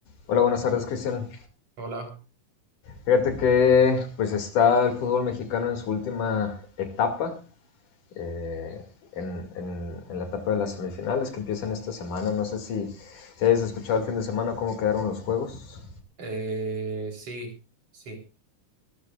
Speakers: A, on the left; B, on the right.
A: Hola, buenas tardes, Cristian.
B: Hola,
A: Fíjate que pues está el fútbol mexicano en su última etapa, eh, en, en- en la etapa de las semifinales que empiezan esta semana. No sé si, si hayas escuchado el fin de semana cómo quedaron los juegos.
B: eh, sí, sí,